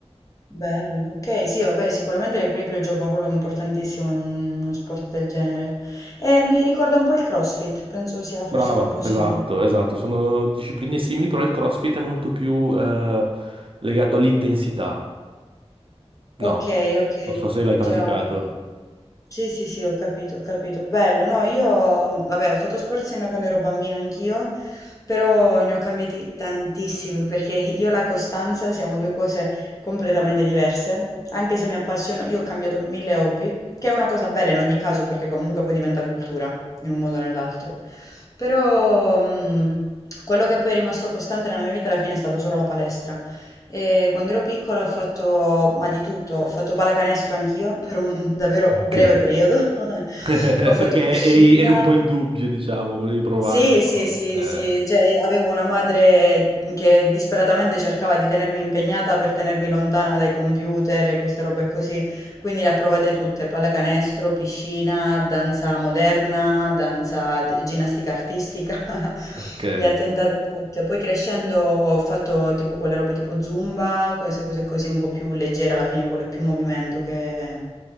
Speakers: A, on the left; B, on the right.
A: Bello, ok, sì, vabbè, sicuramente l'equilibrio gioca un ruolo importantissimo in un- uno sport del genere. E mi ricorda un po' il CrossFit, penso sia forse
B: Brava,
A: un po'
B: esatto,
A: simile.
B: esatto, sono discipline simili, però il CrossFit è molto più eh, legato all'intensità.
A: Ok,
B: No,
A: ok,
B: non so se l'hai
A: ce
B: praticato,
A: l'ho capito. Sì, sì, sì, ho capito, ho capito. Bello, no, io, vabbè, ho fatto sport sin da quando ero bambina anch'io, però ne ho cambiati tantissimi perché io e la costanza siamo due cose completamente diverse. Anche se mi appassiono, io ho cambiato mille hobby, che è una cosa bella in ogni caso perché comunque poi diventa cultura in un modo o nell'altro. Però, mh, quello che poi è rimasto costante nella mia vita alla fine è stato solo la palestra. E quando ero piccola ho fatto, ma di tutto, ho fatto pallacanestro anch'io per un davvero
B: Ok.
A: breve periodo, <laughs>
B: <laughs>
A: ho fatto
B: perché
A: piscina,
B: eri, eri un po' in dubbio, diciamo, volevi provare
A: sì,
B: un
A: sì,
B: po'.
A: sì,
B: Eh,
A: sì, cioè avevo una madre che disperatamente cercava di tenermi impegnata per tenermi lontana dai computer e queste robe così, quindi le ha provate tutte, pallacanestro, piscina, danza moderna, danza, ginnastica artistica, <laughs>
B: ok.
A: le ha tentate tutte. Poi crescendo ho fatto tipo quelle robe tipo Zumba, queste cose così un po' più leggere alla fine, quello è più movimento che